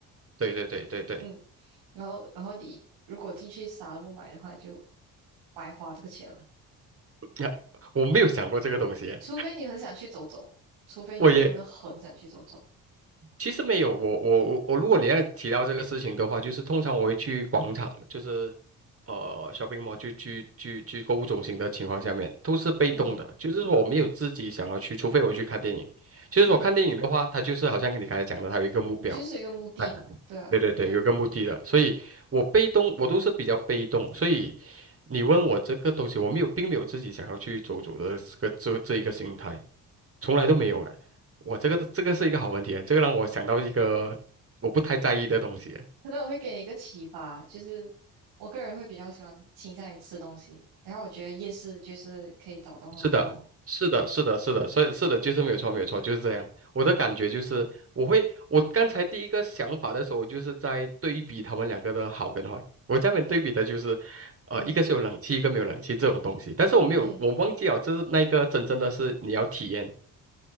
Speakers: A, on the right; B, on the right.
A: 对对对对对，
B: 嗯，然后然后你如果进去啥都不买的话，你就白花这个钱了，
A: 呀，我没有想过这个东西诶
B: 除非你很想去走走，除非你真的很想去走走，
A: 我也。其实没有，我我我我，如果你要提到这个事情的话，就是通常我会去广场，就是呃 shopping mall 去去去去购物中心的情况下面，都是被动的，
B: 嗯
A: 就是说我没有自己想要去，除非我去看电影。就是说看电影的话，
B: 嗯，
A: 它就是好像你刚才讲的，它有一个目标。
B: 你就是有一个目的嘛，
A: 在那里对对对，
B: 对啊。
A: 有个目的的，所以我被动，我都是比较被动，所以你问我这个东西，我没有，并没有自己想要去走走的这个这这一个心态。从来都没有哎。我这个这个是一个好问题，这个让我想到一个我不太在意的东西。
B: 可能我会给你一个启发，就是我个人会比较喜欢倾向于吃东西，然后我觉得夜市就是可以找到很多，
A: 是的，是的，是的，是的，所以是的，就是没有错，没有错，就是这样。我的感觉就是，我会，我刚才第一个想法的时候，我就是在对比他们两个的好跟坏。我下面对比的就是，呃，
B: 嗯
A: 一个是有冷气，一个没有冷气这种东西。但是我没有，
B: 嗯，
A: 我忘记了，就是那一个真正的是你要体验，